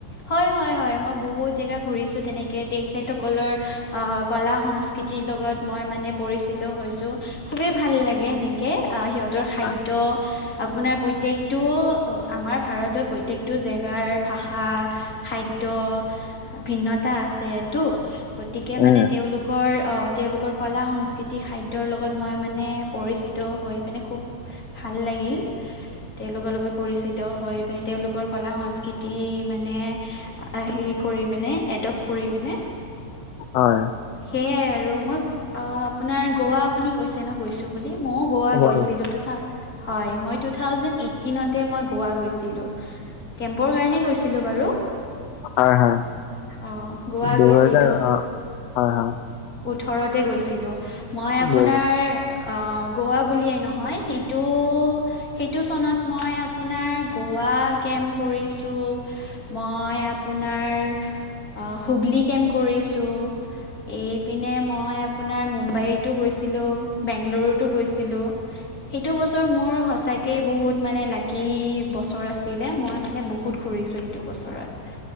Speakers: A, on the left; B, on the left.
A: হয়-হয়-হয় মই বহুত জেগা ঘূৰিছো তেনেকে তেখেতসকলৰ আহ কলা সংস্কৃতিৰ লগত মই মানে পৰিচিত হৈছো। খুবেই ভাল লাগে সেনেকে সিহঁতৰ খাদ্য
B: হয়
A: আপোনাৰ প্ৰত্যেকটো আমাৰ ভাৰতৰ প্ৰত্যেকটো জেগাৰ ভাষা খাদ্য ভিন্নতা আছেটো গতিকে
B: উম
A: মানে তেওঁলোক তেওঁলোকৰ আহ তেওঁলোকৰ কলা-সংস্কৃতি খাদ্যৰ লগত মই মানে পৰিচিত হৈ মানে খুব ভাল লাগিল। তেওঁলোকৰ লগত পৰিচিত হৈ মানে তেওঁলোকৰ কলা-সংস্কৃতি মান, মানে সাৰি কৰি মানে এডপ কৰি পিনে,
B: হয়।
A: সেইয়াই আৰু মই অ আপোনাৰ গোৱা আপুনি কৈছে ন গৈছো বুলি মইয়ো, গোৱা
B: হয়
A: গৈছিলো হয় মই টু থাউজেণ্ড এইটিনতে মই গোৱা গৈছিলো। কেম্পৰ কাৰণে গৈছিলো বাৰু
B: হয় হয়
A: অ গোৱা
B: দুহেজাৰ
A: গৈছিলোঁ।
B: অ হয় হয়
A: ওঠৰতে গৈছিলো মই আপোনাৰ
B: দুহেজাৰ
A: আহ গোৱা বুলিয়েই নহয় সেইটো সেইটো চনত মই আপোনাৰ গোৱা কেম্প কৰিছো, মই আপোনাৰ হুবলি কেম্প কৰিছোঁ। এইপিনে মই আপোনাৰ মুম্বাইতো গৈছিলোঁ, বেংলুৰুতো গৈছিলোঁ। সেইটো বছৰ মোৰ সঁচাকেই বহুত মানে লাকি বছৰ আছিলে মই মানে বহুত ঘুৰিছো। সেইটো বছৰত